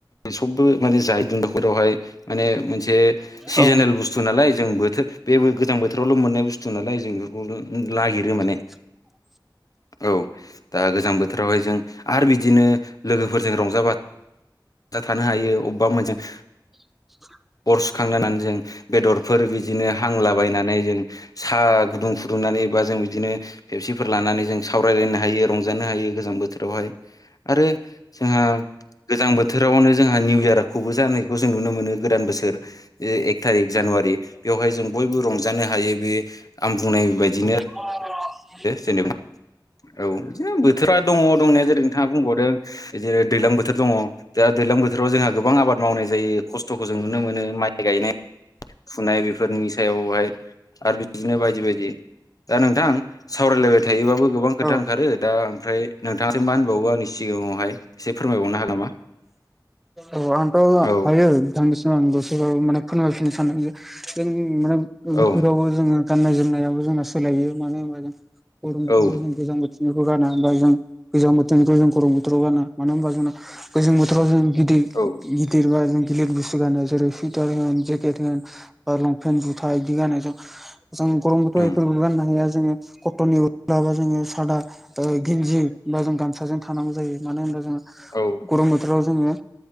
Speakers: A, on the left; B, in the centre.
A: सबबो माने जाय <unintelligible> हाय माने मोनसे सिजोनेल
B: औ
A: बुस्थु बुस्थु नालाय जों बोथोर बे गोजां बोथोरावल' मोननाय बुस्थु नालाय जों बेफोरखौ नागिरो माने
B: <inaudible>
A: औ दा गोजां बोथोरावहाय जों आरो बिदिनो लोगोफोरजों रंजा बाजा थानो हायो अबेबा मोजां
B: <inaudible>
A: सुखांहोनानै जों बेदरफोर बिदिनो हांलाबायनानै जों साहा गुदुं फुदुंनानै बा जों बिदिनो फेबसिफोर लानानै जों सावरायलायनो हायो रंजानो हायो गोजां बोथोरावहाय आरो जोंहा गोजां बोथोरावनो जोंहा निउ इयारखौबो जानायखौ जों नुनो मोनो गोदान बोसोर एक थारिक जानुवारि बेवहाय जों बयबो रंजानो हायो बे आं बुंनाय बायदिनो
B: अ
A: जेनेबा औ बिदि बोथोरा दङ दंनाया जेरै नोंथाङा बुंबावदों बिदिनो दैज्लां बोथोर दङ दा दैज्लां बोथोराव जोंहा गोबां आबाद मावनाय जायो खस्थ'खौ जों नुनो मोनो माइ गायनाय फुनाय बेफोरनि सायावहाय आरो बिदिनो बायदि बायदि दा नोंथां सावरायलायबाय थायोबाबो गोबां खोथा
B: औ
A: ओंखारो दा ओमफ्राय नोंथांासिम मा होनबावो आंनि सिगाङावहाय एसे फोरमायबावनो हागोन नामा
B: औ आथ दायो
A: औ
B: बिथांनिसिमाव आं गसोराव माने फोरमायफिननो सानदों जे जों माने बोथोरावबो
A: औ
B: जोङो गाननाय जोमनायाबो जोंना सोलायो मानो होनबा जों गरम बोथोराव
A: औ
B: जों गोजां बोथोराव बेखौ गा होमबा जों गोजां बोथोरनिखौ जों गरम बोथोराव गाना मानो होनबा जोंना गोजां बोथोराव जों गिदिर
A: औ
B: गिदिर बा जों गिलिर बुस्थु गानो जेरै सुइटार होन जेकेट होन बा लंपेन्ट जुथा बिदि गानो जों जों गरमबोथ'
A: उम
B: बेफोरबो गाननो हाया जोङो कटननि उरबा जोङो सादा गिन्जि बा जों गामसाजों थानांगौ जायो मानो होनबा जोङो
A: औ
B: गरम बोथोराव जोङो